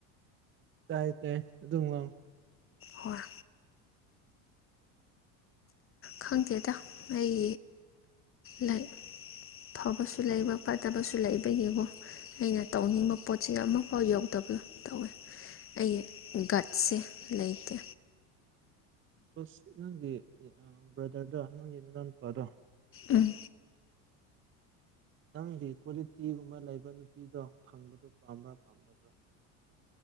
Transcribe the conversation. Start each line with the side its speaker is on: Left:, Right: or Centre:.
Right: ꯇꯥꯏ ꯇꯦ ꯑꯗꯨꯝ <unintelligible>
Left: ꯍꯣꯏ ꯈꯪꯗꯦꯗ ꯑꯩ ꯂꯥꯏꯛ ꯐꯕꯁꯨ ꯂꯩꯕ ꯐꯠꯇꯕꯁꯨ ꯂꯩꯕ ꯌꯦꯡꯉꯣ ꯑꯩꯅ ꯇꯧꯅꯤꯡꯕ ꯄꯣꯠꯁꯦ ꯑꯃꯐꯥꯎ ꯌꯧꯗꯕꯗꯣ ꯇꯧꯋꯦ ꯑꯩ ꯒꯠꯁꯦ ꯂꯩꯇꯦ
Right: ꯑꯁ ꯅꯪꯒꯤ ꯕ ꯭ꯔꯗꯔꯗꯣ ꯅꯪꯒꯤ ꯅꯅꯥꯎ ꯅꯨꯄꯥꯗꯣ
Left: ꯎꯝ
Right: ꯅꯪꯗꯤ ꯀ꯭ꯋꯥꯂꯤꯇꯤꯒꯨꯝꯕ ꯂꯩꯕ ꯅꯨꯄꯤꯗꯣ ꯐꯪꯕꯗꯣ ꯄꯥꯝꯕ꯭ꯔꯥ ꯄꯥꯝꯗꯕ꯭ꯔꯥ